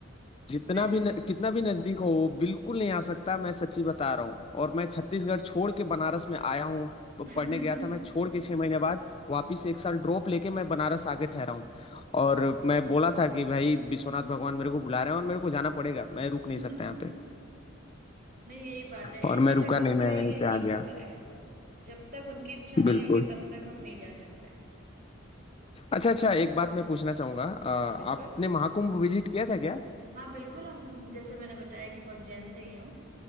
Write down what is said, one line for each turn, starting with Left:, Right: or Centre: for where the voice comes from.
Left: जितना
Right: मैं
Left: भी न, कितना भी नजदीक हो वो बिल्कुल नहीं आ सकता मैं सच्ची बता रहा हूँ और मैं छत्तीसगढ़ छोड़ के बनारस में आया हूँ प-
Right: <laughs>
Left: पढ़ने गया था मैं छोड़ के छह महीने बाद वापिस एक साल ड्रॉप लेके मैं बनारस आके ठहरा हूँ और मैं बोला था कि भाई विश्वनाथ भगवान मेरे को बुला रहे हैं और मेरे को जाना पड़ेगा मैं रुक नहीं
Right: नहीं
Left: सकता यहाँ पे
Right: यही बात है
Left: और
Right: ऐसी
Left: मैं रुका
Right: जगह
Left: नहीं मैं
Right: पे यही
Left: यहीं पे आ
Right: होता
Left: गया
Right: है जब तक उनकी इच्छा नहीं
Left: बिल्कुल
Right: होगी तब तक हम नहीं जा सकते हैं
Left: अच्छा अच्छा एक बात मैं पूछना चाहूंगा अ, आपने
Right: हाँ बिल्कुल
Left: महाकुंभ विजिट किया था क्या
Right: हाँ बिल्कुल हम जैसे मैंने बताया कि मैं उज्जैन से ही हूँ